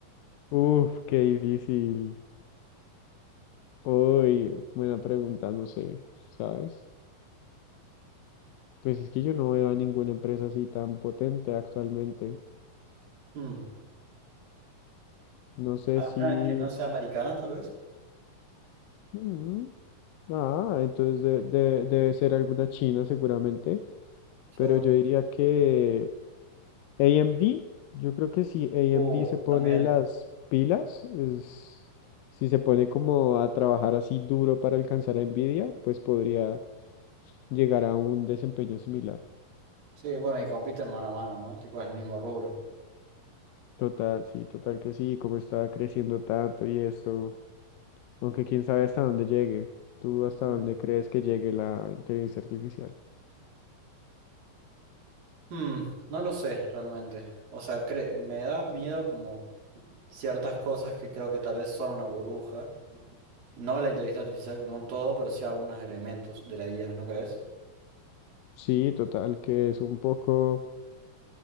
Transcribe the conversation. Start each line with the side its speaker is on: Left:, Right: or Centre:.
Left: Uf, qué difícil. Uy, buena pregunta, no sé, ¿sabes? Pues es que yo no veo a ninguna empresa así tan potente actualmente.
Right: Hmm,
Left: No sé
Right: ¿Alguna
Left: si...
Right: que no sea americana, tal vez?
Left: Mm, Ah, entonces de- de- debe ser alguna china seguramente,
Right: Seguro.
Left: pero yo diría que AMD, yo creo que si AMD
Right: Uh,
Left: se pone
Right: también.
Left: las pilas, es- si se pone como a trabajar así duro para alcanzar a Nvidia, pues podría llegar a un desempeño similar.
Right: Sí, bueno, y compiten mano a mano, ¿no? Tipo, es el mismo rubro.
Left: Total, sí, total que sí, como está creciendo tanto y esto. aunque quién sabe hasta dónde llegue. ¿Tú hasta
Right: Mm.
Left: dónde crees que llegue la inteligencia artificial?
Right: Hmm, no lo sé realmente. O sea, cre- me da miedo como ciertas cosas que creo que tal vez son una burbuja. No la inteligencia artificial como un todo, pero sí algunos elementos de la IA, ¿no crees?
Left: Sí, total, que es un poco,